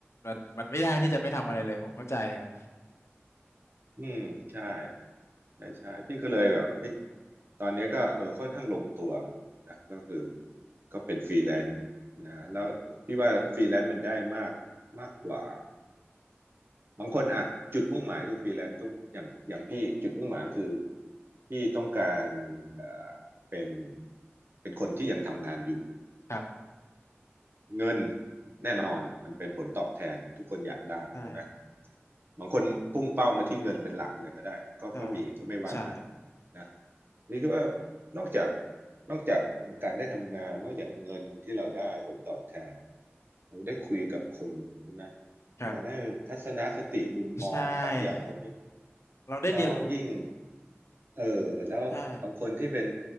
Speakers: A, on the left; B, on the right.
A: มันมันไม่ได้ที่จะไม่ทำอะไรเลยผมเข้าใจครับ
B: อืมใช่ใช่ใช่พี่ก็เลยแบบเฮ้ยตอนนี้ก็เออค่อนข้างลงตัวนะก็คือก็เป็นฟรีแลนซ์นะแล้วพี่ว่าฟรีแลนซ์มันได้มากมากกว่าบางคนอ่ะจุดมุ่งหมายคือฟรีแลนซ์ต้องอย่างอย่างพี่จุดมุ่งหมายคือพี่ต้องการเอ่อเป็นเป็นคนที่ยังทำงานอยู่
A: ครับ
B: เงินแน่นอนมันเป็นผลตอบแทนทุกคนอยากได้ใช่ไหม
A: ใช่
B: บางคนพุ่งเป้ามาที่เงินเป็นหลักเลยก็ได้ก็ก็มีก็ไม่ว่ากัน
A: ใช่ใช่
B: นะนี่คือว่านอกจากนอกจากการได้ทำงานนอกจากเงินที่เราได้ผลตอบแทนเราได้คุยกับคนใช่ไหม
A: ครับ
B: เราได้ทัศนคติมุมมองบางอย่างเราไม่
A: ใช่เราได้เรียนรู้
B: แล้วยิ่งเออแล้วบางคนที่เป็น
A: ใช่